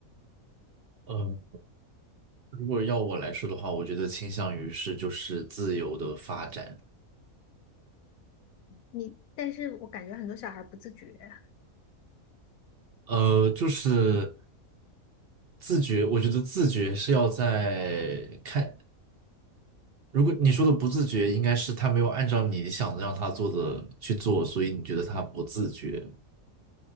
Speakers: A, on the right (about 55°); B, on the left (about 80°).
A: 呃，如果要我来说的话，我觉得倾向于是就是自由的发展，
B: 你，但是我感觉很多小孩儿不自觉。
A: 呃，就是自觉，我觉得自觉是要在看，如果你说的不自觉，应该是他没有按照你想让他做的去做，所以你觉得他不自觉。